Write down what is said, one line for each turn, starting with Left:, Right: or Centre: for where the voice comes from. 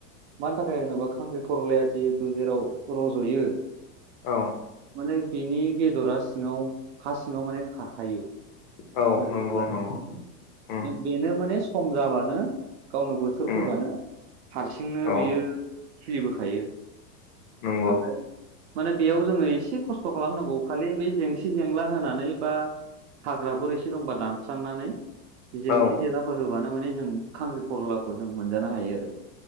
Right: मानि थाखाय होनोबा खांख्रि खरलाया जिहेटु जेराव रज'यो
Left: औ
Right: माने बिनि बेदरा सिङाव हा सिङाव माने थाखायो
Left: औ
Right: <unintelligible>
Left: नंगौ नंगौ उम
Right: बेनो माने सम जाबानो गावनो बोथोर फैबानो
Left: उम
Right: हारसिंनो बियो
Left: औ
Right: खलिबोखायो
Left: नंगौ
Right: ओमफ्राय माने बेयाव जोङो एसे खस्थ' खालामनांगौ खालि बे जेंसि जेंला होनानै बा हाग्राफोर एसे दंमबा दां स्रांनानै जेंसि
Left: औ
Right: जेलाफोर होब्लानो माने जों खांख्रि खरलाखौ जों मोनजानो हायो आरो